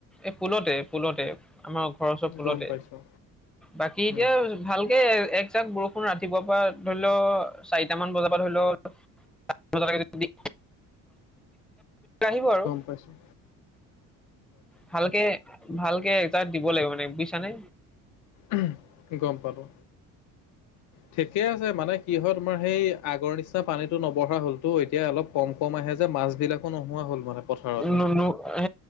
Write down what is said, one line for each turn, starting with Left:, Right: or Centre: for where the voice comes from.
Centre: এই পুলতে পুলতে আমাৰ খৰচৰ ফুলতে
Left: গম পাইছো
Centre: বাকী এতিয়া
Left: উম
Centre: ভালকে একজাক বৰষুণ ৰাতিপুৱাৰ পৰা ধৰি ল চাৰিটামান বজাৰ পৰা ধৰি ল <unintelligible> আহিব আৰু।
Left: পাইছোঁ।
Centre: ভালকে ভালকে এজাক দিব লাগিব মানে বুজিছা নে।
Left: উম গ'ম পালো। ঠিকে আছে মানে কি হয় তোমাৰ সেই আগৰ নিচিনা পানীটো নবঢ়া হ'লতো এতিয়া অলপ কম, কম আহে যে মাছ বিলাকো নোহোৱা হ'ল মানে পথাৰত।
Centre: ন ম আই <unintelligible>